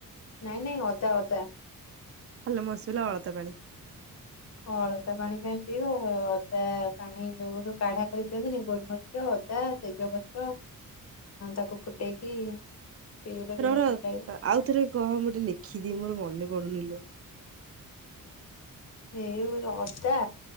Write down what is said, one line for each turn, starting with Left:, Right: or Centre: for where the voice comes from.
Left: ନାଇଁ ନାଇଁ। ପଳତା
Right: ଭଲ ମସୁର‌ ଅଳତା ପାଣି।
Left: ଅଳତା ପାଣି ପାଇଁ ପିଇବ ଅଦା ପାଣି ଯୋଉ ଯଉ କାଢା କରି ପିଅନ୍ତିନି। ଗୋଲମରିଚ, ଅଦା ତେଜ ପତ୍ର ତାକୁ ଫୁଟେଇକି ପିଇଲେ ଟିକେ
Right: ରର
Left: ଭଲ ଲାଗିବ।
Right: ଆଉଥରେ କହ ମୁଁ ଟିକେ ଲେଖିଦିଏ ମୋର ମନେ ପଡୁନି ଲୋ। <unintelligible>
Left: ଏଇ ଅଦା,